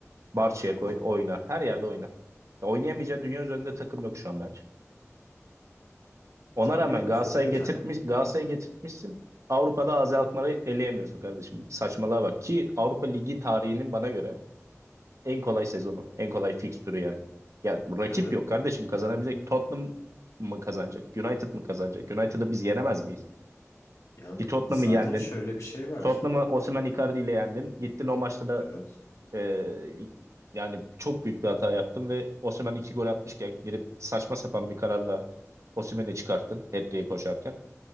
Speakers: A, on the right; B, on the left.
A: Barça'ya
B: oynar.
A: koy oynar. Her yerde oynar. Ya oynayamayacağı dünya üzerinde takım yok şu an bence. Ona
B: Sen
A: rağmen
B: bir
A: Galatasaray'ı
B: forvet
A: getirtmiş,
B: hani.
A: Galatasaray'ı getirtmişsin. Avrupa'da Azi Alkmaar'ı eleyemiyorsun kardeşim. Saçmalığa bak ki Avrupa Ligi tarihinin bana göre en kolay sezonu, en kolay fikstürü yani. Ya rakip
B: Evet.
A: yok kardeşim kazanabilecek. Tottenham mı kazanacak? United mı kazanacak? United'ı biz yenemez miyiz?
B: Ya
A: Ki Tottenham'ı
B: zaten
A: yendin.
B: şöyle bir şey var.
A: Tottenham'ı Osimhen Icardi ile yendin. Gittin o maçta da
B: Evet.
A: e, yani çok büyük bir hata yaptın ve Osimhen iki gol atmışken girip saçma sapan bir kararla Osimhen'i çıkarttın hat koşarken.